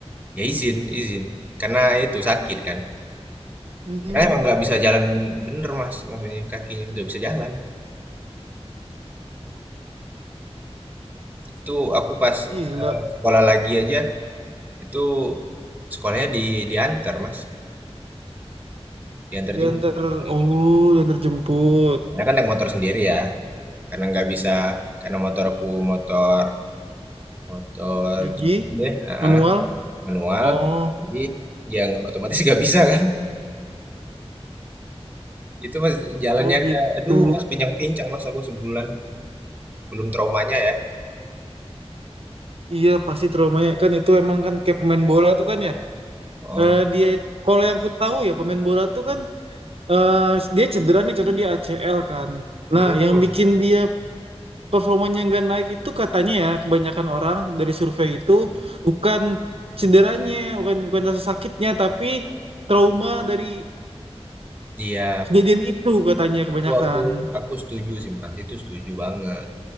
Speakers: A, on the right; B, on the right.
A: ya izin izin karena itu sakit kan
B: Hmm,
A: karena emang nggak bisa jalan bener Mas maksudnya kakinya nggak bisa jalan Itu aku pas
B: gila.
A: eee, sekolah lagi aja, itu sekolahnya di diantar Mas, diantar
B: Diantar,
A: jemput.
B: oh, diantar jemput.
A: Karena kan naik motor sendiri ya, karena nggak bisa karena motor aku motor motor
B: Gigi,
A: gigi deh heeh,
B: manual.
A: manual,
B: Oh,
A: jadi yang otomatis <laughs> nggak bisa kan. Itu, Mas, jalannya
B: oh gitu.
A: ada aduh, Mas, pincang-pincang, Mas, aku sebulan, belum traumanya ya.
B: Iya pasti traumanya kan itu emang kan kayak pemain bola tuh kan ya
A: oh
B: eh, dia kalau yang ku tahu ya pemain bola tuh kan eh, dia cedera nih contoh dia ACL kan
A: mhm,
B: nah yang bikin dia performanya nggak naik itu katanya ya kebanyakan orang dari survei itu bukan cederanya bukan bukan rasa sakitnya tapi trauma dari
A: iya,
B: kejadian itu katanya kebanyakan
A: aku aku aku setuju sih, Mas, itu setuju banget.